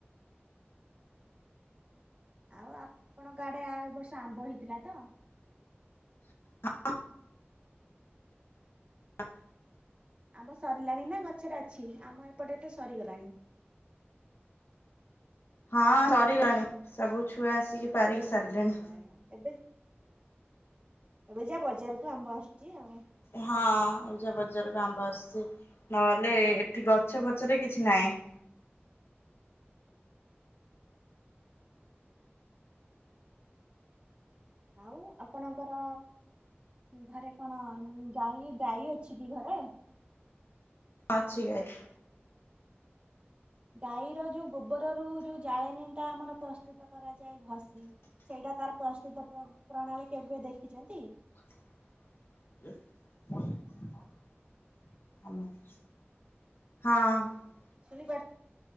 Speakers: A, on the right (about 30°); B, on the left (about 65°).
A: ଆଉ, ଆପଣଙ୍କ ଗାଡେ ଏ ବର୍ଷ ଆମ୍ବ ହେଇଥିଲା ତ?
B: <unintelligible> <inaudible>
A: ଆମ୍ଭ ସରିଲାଣି ନା, ଗଛରେ ଅଛି? ଆମ ଏପଟେ ତ ସରିଗଲାଣି।
B: ହଁ ସରିଲାଣି। ସବୁ ଛୁଆ ଆସିକି ପାରିକି ସାରିଲେଣି।
A: ସରିଗଲାଣି ହଁ ଏବେ ଏବେ ଯା ବଜାରକୁ, ଆମ୍ବ ଆସୁଛି ଆଉ।
B: ହଁ ଏବେ ଯା ବଜାରକୁ ଆମ୍ବ ଆସଛି। ନହେଲେ ଏଠି ଗଛ ଫଛରେ କିଛି ନାହିଁ। <inaudible>
A: ଆଉ ଆପଣଙ୍କର ଘରେ କଣ ଗାଈ, ଗାଈ ଅଛି କି ଘରେ?
B: ଅଛି ଗାଈ।
A: ଗାଈର ଯୋଉ ଗୋବରରୁ, ଯୋଉ ଜାଳେଣୀ ଟା ଆମର ପ୍ରସ୍ତୁତ କରାଯାଏ, ଘଷି। ସେଇଟା ତାର ପ୍ରସ୍ତୁଦ୍ଧ, ପ-ପ୍ରଣାଳୀ କେବେ ଦେଖିଛନ୍ତି?
B: <inaudible> ହଁ।
A: ଶୁଣି ପାରୁଛୁ?